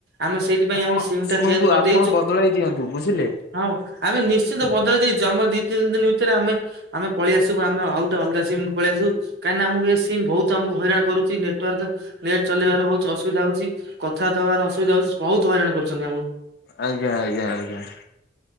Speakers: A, on the right; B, on the left.
A: ଆମେ ସେଇଥିପାଇଁ,
B: ଆପଣ
A: ଆମେ ସିମ୍
B: ଶୁଣନ୍ତୁ
A: ଟା ଚେଞ୍ଜ କରିଦେଇଚୁ।
B: ଆପଣ ବଦଳାଇ ଦିଅନ୍ତୁ ବୁଝିଲେ
A: ହଁ ଆମେ ନିଶ୍ଚିନ୍ତ ବଦଳି ଦେଇଛୁ, ଆମ ଦି ତିନି ଦିନ ଭିତରେ ଆମେ ଆମେ ପଳେଇ ଆସିବୁ ଆମେ ଆଉଗୋଟେ ଅଲଗା ସିମ୍ କୁ ପଳେଇଆସିବୁ କାହିଁକିନା ଆମ କୁ ଏ ସି ସି ମ୍ ବହୁତ ଆମକୁ ହଇରାଣ କରୁଛି ନେଟେୱର୍କ ନେଟ୍ ଚଲେଇବାର ବହୁତ ଅସୁବିଧା ହଉଚି କଥାବାର୍ତ୍ତା ହବାର ଅସୁବିଧା ହୋଉଚି ବହୁତ ହଇରାଣ କରୁଚନ୍ତି ଆମକୁ।
B: ଆଜ୍ଞା ଆଜ୍ଞା ଆଜ୍ଞା।